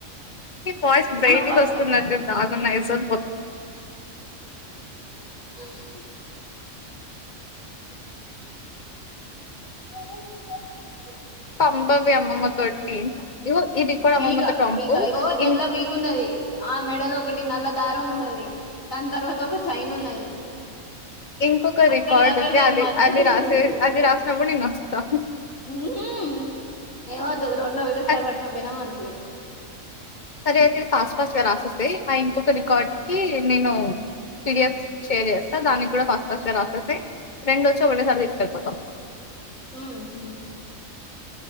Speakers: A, on the left; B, on the left.
A: మీ వాయిస్ బ్రైట్
B: ఆ బక్క
A: గా వస్తున్నట్టుంది ఆగు నైస్ <inaudible>
B: <inaudible> <inaudible>
A: పంపవే అమ్మమ్మ తోటి ఇగో ఈ రికార్డ్
B: పీక
A: అమ్మమ్మతో పంపు
B: పీక ఇగో తెల్ల
A: ఇం
B: పీకున్నది ఆ మెడలో ఒకటి నల్ల దారం ఉన్నది దాని తర్వాత ఒక చైన్ ఉన్నది
A: ఇంకొక
B: అక్కడికి
A: రికార్డ్
B: అక్కడికి
A: ఉంది అది
B: మధ్యలో
A: అది రాసే
B: తిరుగుతుంది.
A: అది రాసినప్పుడు నేను వస్తా
B: ఉహ్ ఎమద్దు రెండు ఒకటే సారే
A: అది
B: పట్టుకపోయినమా నిజమే
A: సరే అయితే ఫాస్ట్ ఫాస్ట్ గా రాసేసేయి ఆ ఇంకొక రికార్డ్ కి నేను పిడిఎఫ్ షేర్ చేస్తా దానికి కూడా ఫాస్ట్ ఫాస్ట్ గా రాసేసేయి రెండు వచ్చి ఒకటేసారి తీసుకెళ్ళిపోతా
B: ఆ హ